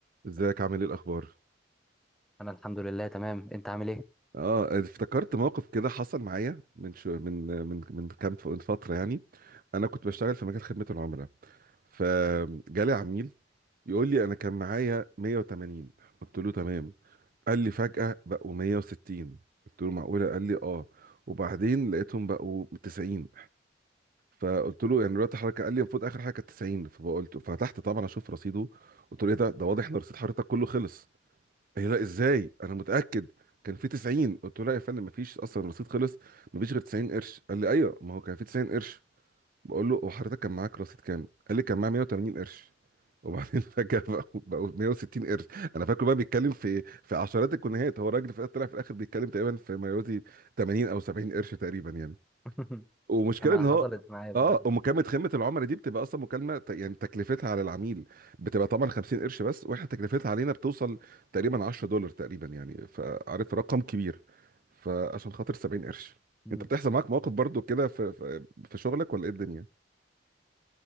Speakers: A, on the right; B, in the centre.
A: ازيك عامل ايه الاخبار
B: انا الحمد لله تمام انت عامل ايه
A: اه افتكرت موقف كده حصل معايا من شو من من من كام ف- من فتره يعني انا كنت بشتغل في مجال خدمه العملاء فجالي عميل يقول لي انا كان معايا 180 قلت له تمام قال لي فجاه بقوا 160 قلت له معقوله قال لي اه وبعدين لقيتهم بقوا 90 فقلت له يعني دلوقتي حضرتك قال لي المفروض اخر حاجه كانت 90 فقلت فتحت طبعا اشوف رصيده قلت له ايه ده ده واضح ان رصيد حضرتك كله خلص هي لا ازاي انا متاكد كان في 90 قلت له لا يا فندم مفيش اصلا الرصيد خلص مفيش غير 90 قرش قال لي ايوه ما هو كان في 90 قرش بقول له هو حضرتك كان معاك رصيد كام قال لي كان معايا 180 قرش وبعدين <laughs> فجاه بقوا بقوا 160 قرش انا فاكره بقى بيتكلم في في عشرات الجنيهات هو الراجل في- طلع في الاخر بيتكلم تقريبا في ما يوازي 80 او 70 قرش تقريبا يعني
B: <laughs>
A: ومشكلة
B: انا
A: ان
B: حصلت
A: هو
B: معايا قبل
A: اه
B: كده <laughs>
A: ومكالمة خدمة العملاء دي بتبقى اصلا مكالمة ت- يعني تكلفتها على العميل بتبقى طبعا 50 قرش بس واحنا تكلفتها علينا بتوصل تقريبا 10 دولار تقريبا يعني فعارف رقم كبير فعشان خاطر 70 قرش
B: مم.
A: انت بتحصل معاك مواقف برضو كده في في في شغلك ولا ايه الدنيا؟